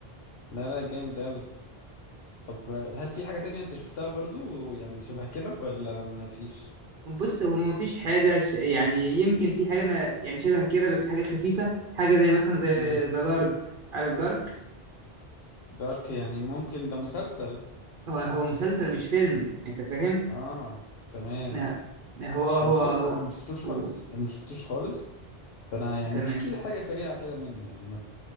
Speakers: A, on the left; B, on the right.
A: لا لا جامد قوي طب هل في حاجة تانية انت شفتها برضو يعني شبه كده ولا ما فيش
B: بص هو مفيش حاجة ش... يعني يمكن في حاجة أنا يعني شبه كده بس حاجة خفيفة حاجة زي مثلا زي
A: مم.
B: ذا دارك عارف دارك
A: دارك يعني ممكن ده مسلسل
B: هو هو مسلسل مش فيلم أنت فاهم؟
A: اه تمام
B: لا لا، هو هو
A: طب بص
B: هو,
A: انا ما شفتوش خالص
B: هو...
A: انا ما شفتوش خالص فانا يعني
B: تمام
A: احكي لي حاجة سريعة كده منه يعني ما,